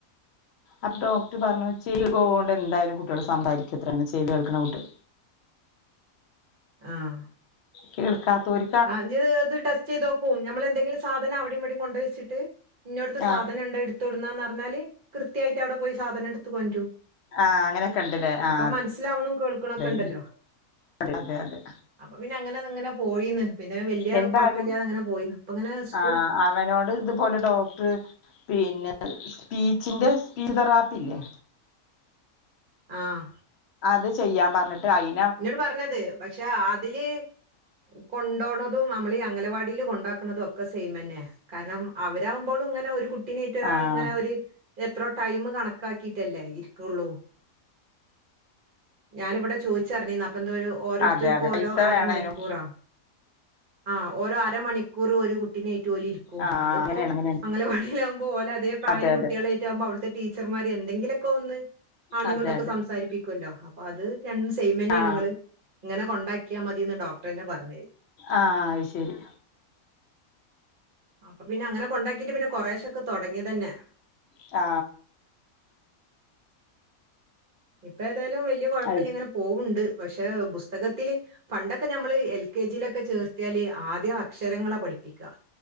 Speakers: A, on the left; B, on the right.
A: അപ്പൊ ഡോക്ടർ പറഞ്ഞു ചവി പോവ കൊണ്ട് എന്തായാലും കുട്ടികൾ സംമ്പാരിക്കുത്ര ചവി കേൾക്ക്‌ണ കുട്ടിയാൾ
B: ആഹ
A: കേൾക്കാത്തോര്
B: ആ ജെത് ടെസ്റ്റ് ചെയ്തോക്കു നമ്മള എന്തെങ്കില സാധനം അവിടേം വിടെയും കൊണ്ടു വെച്ചിട്ട് ഇന്നോടുത്ത് സാധനംണ്ട്
A: ആഹ്
B: എടുത്തോട്ന്നാന്ന് പറഞ്ഞാല് കൃയായിട്ട് അവിടെ പോയി സാധനെടുത്ത് കൊണ്ടരും
A: ആഹ് അങ്ങനെയൊക്കെ ഉണ്ടല്ലേ ആഹ്
B: അപ്പൊ മനസ്സിലാവുണും കേൾക്കണൊക്കെ
A: അതന്നെ
B: ണ്ടല്ലോ
A: അതെ അതെ
B: അപ്പൊ പിന്നെ അങ്ങനെ അത് ങ്ങനെ പോയിന്ന് പിന്നെ വലിയ
A: എന്തായാലും
B: കുഴപ്പല്ലാതെ അങ്ങനെ പോയിന്ന് പ്പ ങ്ങനെ സ്കൂൾ
A: ആഹ് അവനോട് ഇതുപോലെ ഡോക്ടർ പിന്നെ സ്പീച്ചിന്റെ സ്പീച്ച് തെറാപ്പില്ലേ
B: ആഹ
A: അത് ചെയ്യാൻ പറഞ്ഞിട്ട് ആയി
B: ന്നോട് പറഞ്ഞത് പക്ഷെ അതില് കൊണ്ടോണതും നമ്മളീ അംഗലവാടില് കൊണ്ടാക്ക്‌ണതും ഒക്കെ സെയിമെന്നെ കാരണം അവരാവുമ്പോഴും ങ്ങനെ ഒരുകുട്ടി പിന്നെ ഇറ്റാൾ
A: ആഹ്
B: ങ്ങനെ ഒരു എത്രോ ടൈം കണക്കാക്കിട്ടല്ലേ ഇരിക്കോള്ളൂ ഞാനിവിടെ ചോയിച്ചറിഞ്ഞീന്ന് അപ്പന്തോ ഒരു ഓരോരര്ത്തർക്ക്
A: അതെ അതെ
B: ഓരോ
A: പൈസ
B: അരമണിക്കൂറ
A: വേണേനും
B: ആ ഓരോ മണിക്കൂർ ഒരു കുട്ടിനേറ്റ് ഓലിരിക്കും
A: ആ
B: അതിപ്പോ
A: അങ്ങനെയാണ് അങ്ങനെയാണ്
B: അംഗലവാടീലാകുമ്പോ ഓലെ അതേ പ്രായം
A: അതെ അതെ
B: കുട്ടികളെയ് പ്രായായിരിക്കുംമ്പോ അവിത്തെ ടീച്ചർമാർ എന്തെിലൊക്കെ ഒന്ന് ആണ്ടും
A: അതെ
B: ങ്ങട്ടൊക്കെ
A: അതെ
B: സംസാരിപ്പിക്കുല്ലോ അപ്പൊ അത് രണ്ട് മ്മന്നെണോ
A: ആ
B: ങ്ങള് ഇങ്ങനെ കൊണ്ടാക്കിയാൽ മതിന്ന് ഡോക്ടറെന്നെ പറഞ്
A: ആഹ അയ് ശരി
B: അപ്പൊ പിന്നെ അങ്ങനെ കൊണ്ടാക്കീട്ട് പിന്നെ കുറശൊക്കെ തുടങ്ങേതന്നെ
A: ആ
B: ഇപ്പ ഏതായാലും വലിയ കുഴപ്പല്ല
A: അത്
B: ങ്ങനെ പോവുണ്ട് പക്ഷേ പുസ്തകത്തില് പണ്ടൊക്കെ ഞമ്മള് എൽ കെജി ലൊക്കെ ചേർത്തിയാല് ആദ്യം അക്ഷരങ്ങളാ പഠിപ്പിക്കാ